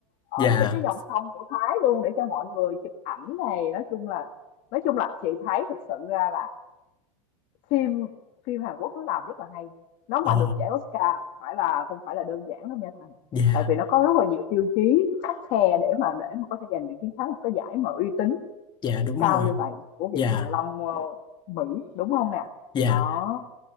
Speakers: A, on the left; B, on the left.
A: ở
B: Dạ.
A: trên cái dòng sông của Thái luôn để cho mọi người chụp ảnh này, nói chung là nói chung là chị thấy thực sự ra là phim phim Hàn Quốc nó làm rất là hay. Nó
B: Ồ,
A: mà được giải Oscar không phải là không phải là đơn giản đâu nha Thành.
B: dạ,
A: Tại vì nó có rất là nhiều tiêu chí khắt khe để mà để mà có thể giành được chiến thắng một cái giải mà uy tín
B: dạ đúng
A: cao
B: rồi.
A: như vậy của Viện
B: Dạ,
A: Hàn Lâm ờ, Mỹ đúng không nè?
B: dạ.
A: Đó.